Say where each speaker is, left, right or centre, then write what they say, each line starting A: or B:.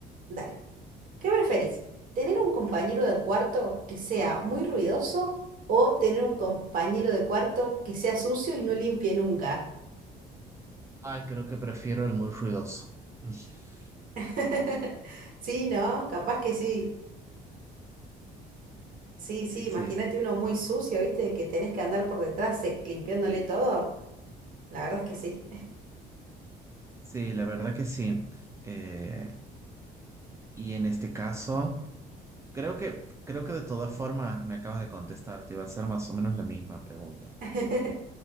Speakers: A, on the right; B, on the right.
A: Dale. ¿Qué preferís? ¿Tener un compañero de cuarto que sea muy ruidoso o tener un compañero de cuarto que sea sucio y no limpie nunca?
B: Ay, creo que prefiero el muy ruidoso. <laughs>
A: <laughs> Sí, ¿no? Capaz que sí. Sí, sí,
B: Sí,
A: imagínate
B: sí,
A: uno muy sucio, ¿viste? Que tenés que andar por detrás eh, limpiándole todo. La verdad es que sí.
B: sí, la verdad que sí. Eh, y en este caso, creo que, creo que de todas formas me acabas de contestar, te iba a hacer más o menos la misma pregunta.
A: <laughs>